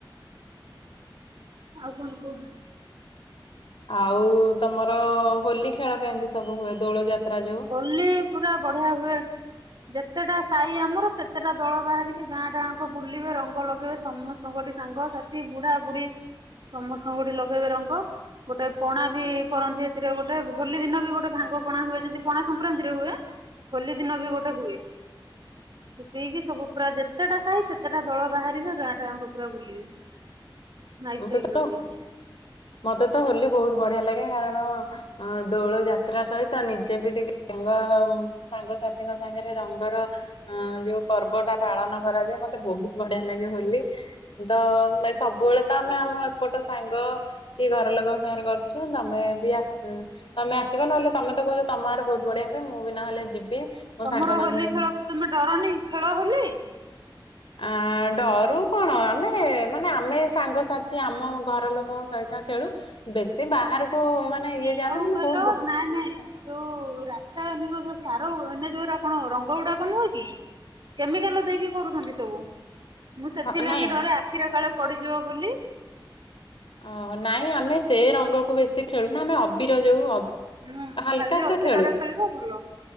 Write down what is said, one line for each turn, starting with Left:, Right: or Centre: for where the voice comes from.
Right: ଆଉ କଣ କୁହ?
Left: ଆଉ ତମର ହୋଲି ଖେଳ କେମିତି ସବୁ ହୁଏ ଦୋଳ ଯାତ୍ରା। ଯୋଉ
Right: ହୋଲି ପୁରା ବଢିଆ ହୁଏ। ଯେତେଟା ସାହି ଆମର ସେତେଟା ଦଳ ବାହାରିକି ଗାଁ ଟା ଗାକୁ ବୁଲିବେ ରଙ୍ଗ ଲଗେଇବେ ସମସ୍ତଙ୍କଠି ସାଙ୍ଗସାଥି ବୁଢା ବୁଢୀ ସମସ୍ତଙ୍କଠି ଲଗେଇବେ ରଙ୍ଗ ଗୋଟେ ପଣା ବି କରନ୍ତି ସେଥିରେ ଗୋଟେ ହୋଲି ଦିନ ବି ଗୋଟେ ଭାଙ୍ଗ ପଣା ହୁଏଛନ୍ତି ପଣା ସଂକ୍ରାନ୍ତିରେ ହୁଏ ହୋଲି ଦିନ ବି ଗୋଟେ ହୁଏ ସେ ପିଇକି ସବୁ ପୁରା ଯେତେଟା ସାାଇ ସେତେଟା ଦଳ ବାହାରିବେ ଗାଁ ଟା ଗାଙ୍କ ପୁରା ବୁଲିବେ। ମାଇକି
Left: ମତେ
Right: ଫାଇକି
Left: ତ
Right: ଲଗେଇକି
Left: ମତେ ତ ହୋଲି ବହୁତ ବଢିଆ ଲାଗେ। କାରଣ ଦୋଳ ଯାତ୍ରା ସହିତ ନିଜେ ବି ଟିକେ ରଙ୍ଗ ସାଙ୍ଗସାଥିଙ୍କ ସାଙ୍ଗରେ ରଙ୍ଗର ଯୋଉ ପର୍ବ ଟା ପାଳନ କରାଯାଏ। ମତେ ବହୁତ ବଢିଆ ଲାଗେ ହୋଲି ତ ସବୁବେଳେ ତ ଆମେ ଆମ ଏପଟ ସାଙ୍ଗ କି ଘର ଲୋକଙ୍କ ସାଙ୍ଗରେ କରୁଛୁ ତମେ ବି ତମେ ଆସିବ ନହେଲେ ତମେ ତ କହୁଛ ତମ ଆଡେ ବହୁତ ବଢିଆ ହୁଏ ମୁଁ ବି ନହେଲେ ଯିବି। ମୋ
Right: ତମର
Left: ସାଙ୍ଗ ମାନଙ୍କୁ
Right: ହୋଲି ଖେଳକୁ ତମେ ଡରନି ଖେଳ ହୋଲି।
Left: ଆ ଡରୁ କଣ ଆମେ ମାନେ ଆମେ ସାଙ୍ଗସାଥି ଆମ ଘର ଲୋକଙ୍କ ସହିତ ଖେଳୁ ବେଶୀ ବାହାରକୁ ମାନେ ଇଏ
Right: କଣ
Left: ଯାଉନି କିନ୍ତୁ
Right: କହିଲ
Left: ବହୁତ
Right: ନାଇ ନାଇଁ ଯୋଉ ରାସାୟନିକ ସାର ଏ ଯୋଉରେ ଆପଣ ରଙ୍ଗ ଗୁଡାକ ନୁହଁ କି କେମିକାଲ ଦେଇକି କରୁଛନ୍ତି ସବୁ। ମୁଁ ସେଥିଲାଗି
Left: ହଁ ନାଇଁ
Right: ଡରେ ଆଖିର କାଳେ ପଡିଯିବ ବୋଲି। <inaudible>
Left: ଓ ନାଇଁ ଆମେ ସେ ରଙ୍ଗକୁ ବେଶି ଖେଳୁନା ଆମେ ଅବିର ଯୋଉ
Right: ହୁଁ ଖାଲି
Left: ଲ ସେ
Right: ଅବିରରେ
Left: ଖେଳୁ ଆମେ ଖଳୁ
Right: ଖେଳିବ ଭଲ